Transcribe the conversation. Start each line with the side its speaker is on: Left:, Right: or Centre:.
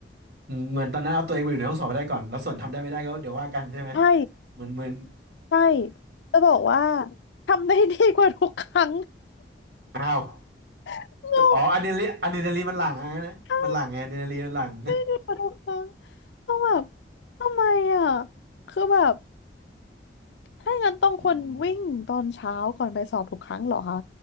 Right: อืมเหมือนตอนนั้นเอาตัวเองไปอยู่ในห้องสอบไปได้ก่อนแล้วส่วนทำได้ไม่ได้ก็เดี๋ยวว่ากันใช่ไหม
Left: ใช่
Right: เหมือนเหมือน
Left: ใช่จะบอกว่าทำได้ดีกว่าทุกครั้ง
Right: <laughs> อ้าว
Left: <laughs> งง
Right: แต่อ๋ออะดรีนาลีนอะดรีนาลีนมันหลั่งอะนะมันหลั่งไงอะดรีนาลีนมันหลั่ง
Left: ใช่ดีกว่าทุกครั้งต้องแบบทำไมอ่ะคือแบบถ้างั้นต้องคนวิ่งตอนเช้าก่อนไปสอบทุกครั้งเหรอคะ
Right: <laughs> อืม